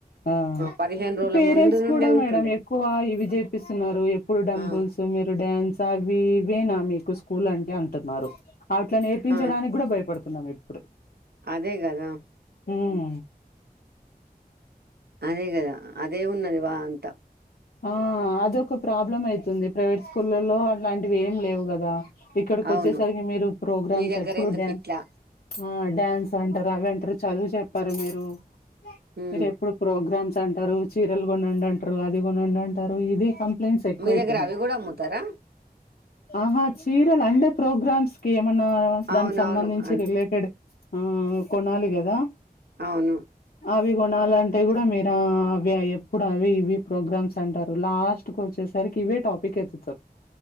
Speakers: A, on the left; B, on the right.
A: ఆ
B: పదిహేను రోజుల
A: పేరెంట్స్
B: ముందు నుండే
A: కూడా మేడం
B: ఉంటుండే
A: ఎక్కువ ఇవి చేపిస్తున్నారు ఎప్పుడు డబుల్స్
B: ఆ
A: మీరు డ్యాన్స విఇవేనా మీకు స్కూల్ అంటే అంటున్నారు అట్లా నేర్పించడానికి
B: ఆ
A: కూడా భయపడుతున్నాం ఇప్పుడు
B: అదే కదా
A: హు మ్
B: అదే కదా అదే ఉన్నది వా అంతా
A: ఆ అదొక ప్రాబ్లం అయితుంది ప్రైవేట్ స్కూలల్లో అలాంటివి ఏం లేవు కదా ఇక్కడికి
B: అవును
A: వచ్చేసరికి మీరు ప్రోగ్రామ్స్
B: మీ దగ్గర
A: ఎప్పుడు
B: ఎందుకు
A: డ్యాన్స్
B: ఇట్లా
A: ఆ డ్యాన్స్ అంటారు అవంటారు చదువు చెప్పర మీరు
B: ఉమ్
A: మీరు ఎప్పుడు ప్రోగ్రామ్స్ అంటారు చీరలు కొనండి అంటరు అది కొనండి అంటరు ఇది కం ప్లన్స్ ఎక్కువైపోయినాయి
B: మీ దగ్గర అవి కూడా అమ్ముతారా
A: ఆహా చీరల్ అంటే ప్రోగ్రామ్స్ కి ఏమన్నా
B: అవునవును
A: దానికి సంబంధించి
B: అన్-
A: రిలేటెడ్ ఆ కొనాలి కదా
B: అవును
A: అవి కొనాలంటే కూడా మీరు అవి ఎప్పుడు అవి ఇవి ప్రోగ్రామ్స్ అంటారు లాస్ట్ కు వచ్చేసరికి ఇవే టాపిక్ ఎత్తు తారు